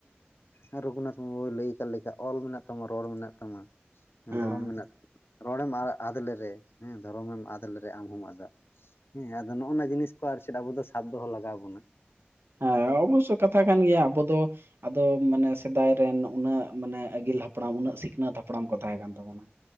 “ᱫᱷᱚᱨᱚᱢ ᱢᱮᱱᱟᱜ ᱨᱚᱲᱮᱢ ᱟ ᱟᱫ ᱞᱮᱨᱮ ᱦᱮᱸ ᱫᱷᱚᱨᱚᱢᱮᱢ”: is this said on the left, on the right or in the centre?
Left